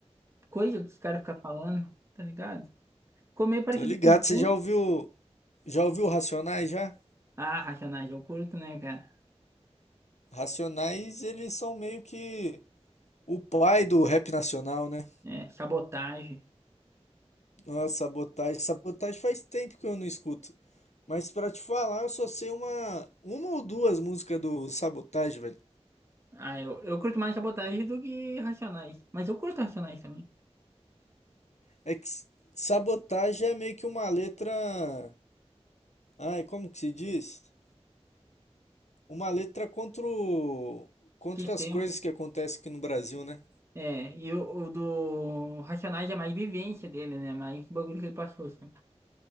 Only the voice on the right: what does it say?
coisa que os caras ficam falando, tá ligado? Comer parecido
com funk.
Ah, racionais, eu curto, né, cara?
É, sabotagem.
Ah, eu, eu curto mais sabotagem do que racionais. Mas eu curto racionais também.
Que
tempo.
É, e o, o do Racionais é mais vivência dele, né? Mais bagulho que ele passou, assim.